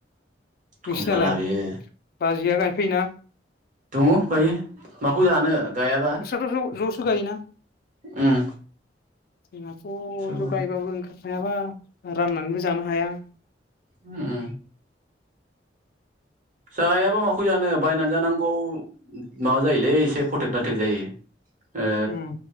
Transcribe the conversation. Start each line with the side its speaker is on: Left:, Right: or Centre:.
Left: नोंसिनालाय
Right: खम जाला बियो
Left: बाजैया गायफैयोना
Right: दङ' गायो माखौ जानो गायाबा
Left: <unintelligible> गायोना
Right: उम
Left: जोंहाथ
Right: उम
Left: ज गायबाबो ओंखारफायाबा राननानैबो जानो हाया
Right: उम जायाबा माखौ जानो बायनानै जानांगौ माबा जायोलै एसे <unintelligible> जायो ओ
Left: उम